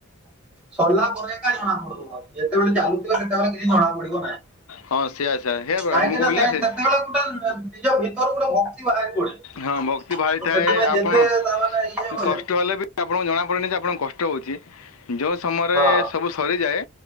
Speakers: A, in the centre; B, on the left.
A: ସରିଲା ପରେ ଏକା ଜଣା ପଡ଼ିବ ଯେତେବେଳେ ଚାଲୁଥିବେ ସେତେବେଳେ କିଛି ଜଣା ପଡିବ ନାହିଁ।
B: ହଁ ସେଇଆ ସେଇଆ ସେଇଆ ପରା
A: କାହିଁକି
B: ମୁଁ କହିଲି
A: ନା ସେତେବେଳେ
B: ସେ
A: ଟୋଟାଲ ନିଜ ଭିତରୁ ଗୋଟେ ଭକ୍ତି ବାହାରି ପଡେ।
B: ହଁ ଭକ୍ତି ଭାରିଥାଏ
A: ତ ସେଥିପାଇଁ
B: ଆପଣ
A: ଯେତେ ତା ମାନେ ଇଏ ହୁଏ
B: କଷ୍ଟ ହେଲେ ବି ଆପଣଙ୍କୁ ଜଣାପଡେନି ଯେ ଆପଣଙ୍କୁ କଷ୍ଟ ହଉଛି ଯେଉଁ ସମୟରେ
A: ହଁ
B: ସବୁ ସରିଯାଏ